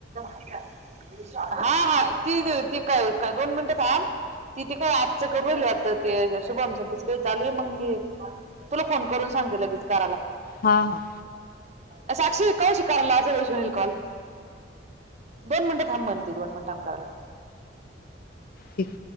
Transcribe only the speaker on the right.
ऐका हा हा ती त क दोन मिनिट थांब ती तिकड आत सकाळी बोलली वाटत ती शुभमच आणि तीच काय चालू आहे मग मी तुला फोन करून सांगते लगेच करायला.
ये साक्षी काऊ अशी कारलीस <inaudible> लाजालीस करेल कॉल दोन थांब म्हणते दोन मिनिटन करायला लाव